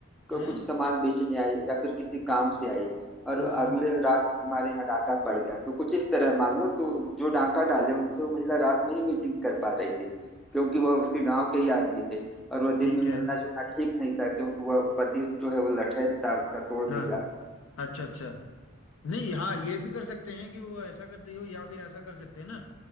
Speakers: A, in the centre; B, on the left.
A: को
B: है
A: कुछ सामान बेचने आई या फिर किसी काम से आई और
B: हाँ
A: अगले रात तुम्हारे यहाँ डाका पड़ गया तो कुछ इस तरह मान लो तो जो डाका डाले उनसे वो महिला रात में ही मीटिंग कर पा रही थी क्योंकि वह उसके गांव के ही आदमी थे और वह
B: ठीक
A: दिन में मिलना
B: है
A: जुलना ठीक नहीं था क्योंकि वह पति जो है वो लठैत था उसका तोड़ देगा
B: हाँ अच्छा अच्छा नहीं हाँ ये भी कर सकते हैं कि वो ऐसा करती हो या फिर ऐसा कर सकते हैं ना